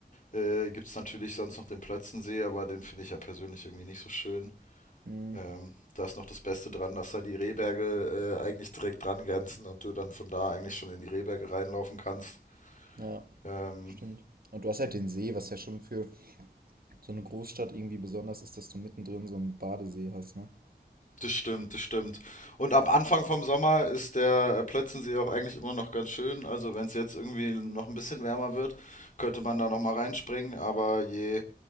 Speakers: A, on the left; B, on the right.
A: äh, gibt es natürlich sonst noch den Plötzensee, aber den finde ich ja persönlich irgendwie nicht so schön.
B: mm,
A: Ähm, da ist noch das Beste dran, dass da die Rehberge äh, eigentlich direkt dran grenzen und du dann von da eigentlich schon in die Rehberge reinlaufen kannst.
B: ja.
A: Ähm,
B: Stimmt. Und du hast halt den See, was ja schon für so eine Großstadt irgendwie besonders ist, dass du mittendrin so einen Badesee hast, ne?
A: das stimmt, das stimmt. Und am Anfang vom Sommer ist der äh, Plötzensee auch eigentlich immer noch ganz schön. Also wenn es jetzt irgendwie noch ein bisschen wärmer wird, könnte man da noch mal reinspringen. Aber je